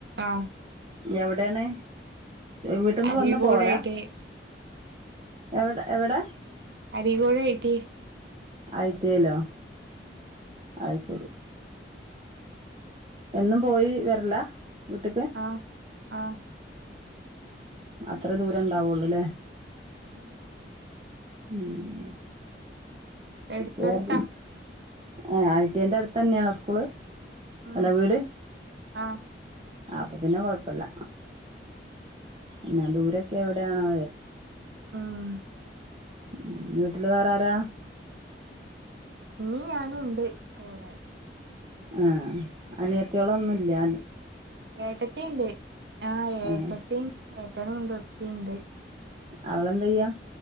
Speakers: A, on the right; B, on the right.
A: ആ
B: എവിടെയാണ് പട്ടന്ന്
A: അരീക്കോടായിട്ട്
B: വന്ന് പോല എവിടെ എവിടെ
A: അരികുഴെ കിട്ടി
B: ഐ റ്റി യേലോ
A: ഉം
B: അത് ശരി എന്നും പോയി വരല്ല വീട്ടെക്ക്?
A: ആഹ് ആഹ്
B: അത്ര ദൂരം ഉണ്ടാവുള്ളൂ അല്ലേ?
A: ആ
B: ഉം
A: എടുത്തടുത്താ
B: വേറെ ആ ഐടിന്റെ അടുത്ത് തന്നെയാണ് സ്കൂള്
A: ഉം
B: അല്ല വീട്?
A: ആഹ്
B: ആഹ് അപ്പൊ പിന്നെ കൊഴപ്പില്ല എന്ന ദൂരൊക്കെ എവിടെയാണോ
A: ആഹ്
B: ഉം വീട്ടില് വേറെ ആരാ
A: ഇമ്മീ ഞാന ഉണ്ട് ഇപ്പോടെെ.
B: ആഹ് അനിയത്തികളൊന്നുല്ല?
A: ഏട്ടത്തി ഉണ്ട് ആ് ഏട്ടത്തി
B: ആഹ്
A: ഏട്ടനും ഉണ്ട് ഉപ്പ ഉണ്ട്.
B: അവളെന്തെയ്യാ